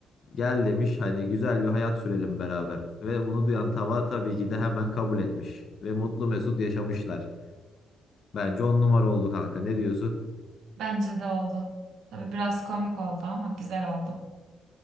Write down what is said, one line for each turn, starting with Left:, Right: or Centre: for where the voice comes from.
Left: Gel demiş hani güzel bir hayat sürelim beraber. Ve bunu duyan tava tabii ki de hemen kabul etmiş. Ve mutlu mesut yaşamışlar. Bence on numara oldu kanka ne diyorsun?
Right: Bence de oldu. Tabii biraz komik oldu ama güzel oldu.